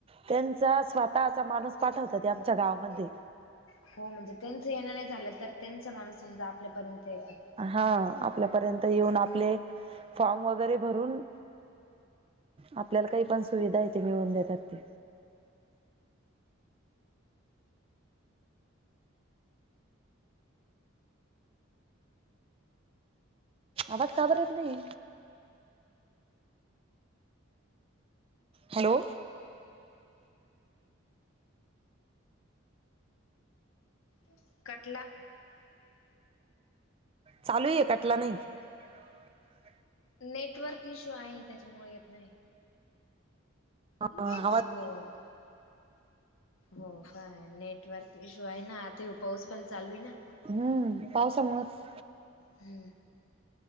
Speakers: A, on the right; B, on the left.
A: त्यांचा स्वतःचा माणूस पाठवतात आमच्या गावामध्ये.
B: हो म्हणजे त्यांचं येणं नाही झालं तर त्यांचा माणूस समजा आपल्यापर्यंत येत.
A: हा आपल्यापर्यंत येऊन आपले फॉर्म वगैरे भरून. आपल्याला काही पण सुविधा येते मिळवून देतात ते. आवाज का बर येत नाही? हॅलो!
B: <inaudible> कटला.
A: चालूये कटला नाही. <inaudible>
B: नेटवर्क ईश्यू आहे त्याच्यामुळे येत नाही. <unintelligible>
A: आवाज
B: हो <inaudible> हो काय नेटवर्क इश्यू आहे ना आता पाऊस पण चालूये ना.
A: हम्म, पावसामुळच
B: हम्म.